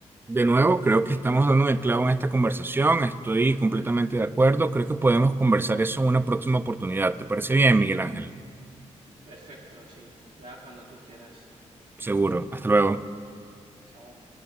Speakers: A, on the right; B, on the right.
A: De nuevo, creo que estamos dando el clavo en esta conversación. Estoy completamente de acuerdo. Creo que podemos conversar eso en una próxima oportunidad. ¿Te parece bien, Miguel Ángel?
B: Perfecto, sí, ya cuando tú quieras.
A: Seguro. Hasta luego.
B: Chao.